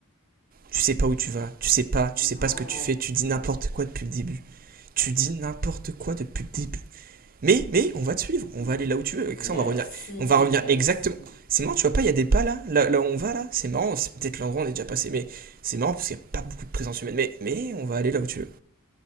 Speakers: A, on the right; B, on the left.
A: Tu sais pas où tu vas, tu sais pas, tu sais
B: Non.
A: pas ce que tu fais, tu dis n'importe quoi depuis le début. Tu dis n'importe quoi depuis le début. Mais, mais, on va te suivre, on va aller là où tu veux. Avec
B: Merci,
A: ça, on va revenir, on va revenir
B: merci.
A: exactement. C'est marrant, tu vois pas, il y a des pas là, là, là où on va là. C'est marrant, c'est peut-être l'endroit où on est déjà passé, mais c'est marrant parce qu'il y a pas beaucoup de présence humaine. Mais, mais, on va aller là où tu veux.